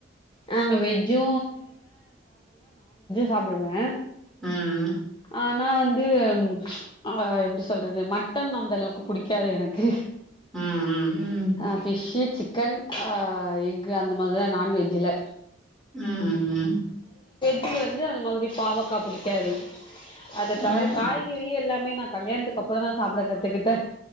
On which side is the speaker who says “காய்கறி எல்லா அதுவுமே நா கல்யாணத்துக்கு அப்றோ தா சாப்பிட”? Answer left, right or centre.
Left